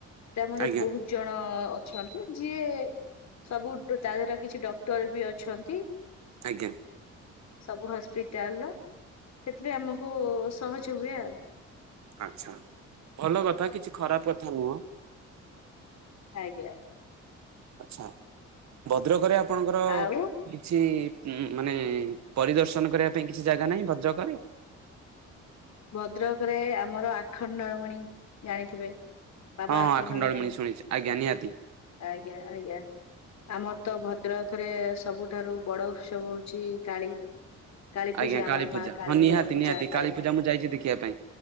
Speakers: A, on the left (about 65°); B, on the right (about 65°).
A: ସେଟା ଆମର
B: ଆଜ୍ଞା
A: ବହୁତ। ଜଣ ଅଛନ୍ତି ଯିଏ ସବୁ ତା ଦେହର କିଛି ଡକ୍ଟର ବି ଅଛନ୍ତି।
B: ଆଜ୍ଞା
A: ସବୁ ହସ୍ପିଟାଲ ର ସେଥିପାଇଁ ଆମକୁ ସହଜ ହୁଏ ଆଉ।
B: ଆଛା ଭଲ କଥା କିଛି ଖରାପ କଥା ନୁହଁ।
A: ଆଜ୍ଞା
B: ଆଛା ଭଦ୍ରକରେ ଆପଣଙ୍କର
A: ଆଉ
B: କିଛି ଉ ମାନେ ପରିଦର୍ଶନ କରିବା ପାଇଁ କିଛି ଜାଗା ନାହିଁ ଭଦ୍ରକରେ!
A: ଭଦ୍ରକରେ ଆମର ଆଖଣ୍ଡଳମଣି ଜାଣିଥିବେ। ବାବା
B: ହଁ ହଁ
A: ଆଖଣ୍ଡଳମଣି
B: ଆଖଣ୍ଡେଳ ମିଣିଶ ଶୁଣିଛି ଆଜ୍ଞା ନିହାତି।
A: ଆଜ୍ଞା ଆଜ୍ଞା ଆମର ତ ଭଦ୍ରକ ରେ ସବୁଠାରୁ ବଡ ଉତ୍ସବ ହଉଛି। କାଳୀ କାଳୀ ପୂଜା
B: ଆଜ୍ଞା
A: ଆମର
B: କାଳୀପୂଜା
A: ମା କାଳୀଙ୍କର
B: ହଁ ନିହାତି
A: ପୂଜା
B: ନିହାତି କାଳୀପୂଜା
A: ଆଜ୍ଞା
B: ମୁଁ ଯାଇଛି ଦେଖିବା ପାଇଁ।